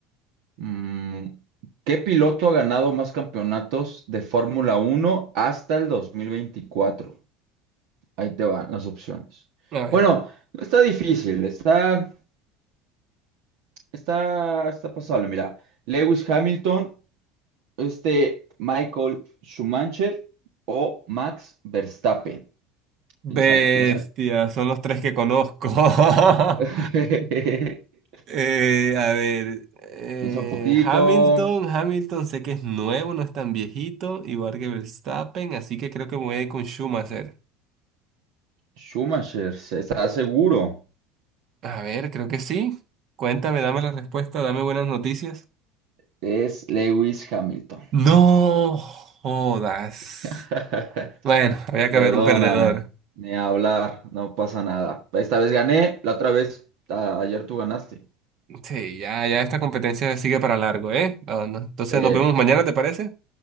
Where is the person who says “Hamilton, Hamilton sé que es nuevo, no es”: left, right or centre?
Right